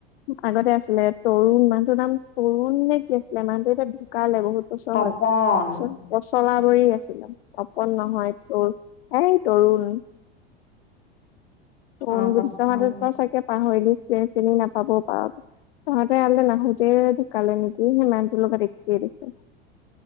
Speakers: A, on the left; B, on the left.
A: আগতে আছিলে, তৰুণ মানুহটোৰ নাম তৰুণ নে কি আছিলে মানুহটো এতিয়া ঢুকালে বহুত টো চহজ,
B: তপন
A: চ পছলা ধৰি আছিলা, তপন নহয় তোৰ এ তৰুণ। তৰুণ
B: অ পচলা
A: বুলি তহতে
B: গুৰি
A: ত চাগে পাহৰিল চ চিনি নাপাবও পাৰ। তহঁতে আলৈ নাহোতে ঢুকালে নেকি সেই মানু্হটোৰ লগত একেই দেখে।